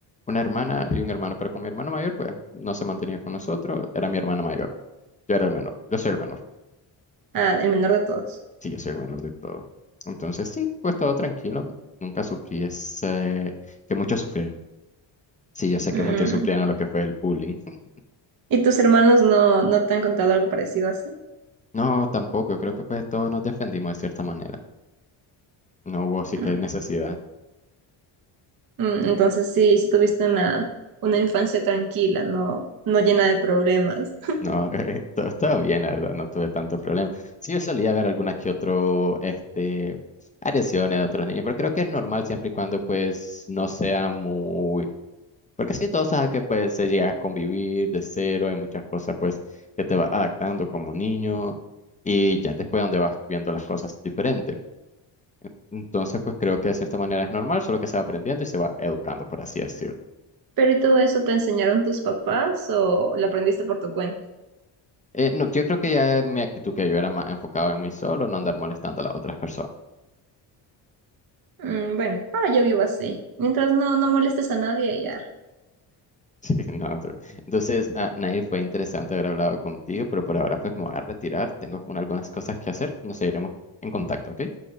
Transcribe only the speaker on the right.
ah, el menor de todos.
Mm,
¿Y tus hermanos no, no te han contado algo parecido así?
Mm.
Mm, Entonces sí, sí tuviste una, una infancia tranquila, no, no llena de problemas.
Pero ¿y todo eso te enseñaron tus papás o lo aprendiste por tu cuenta?
Mm, bueno, ahora yo vivo así. Mientras no, no molestes a nadie, ya.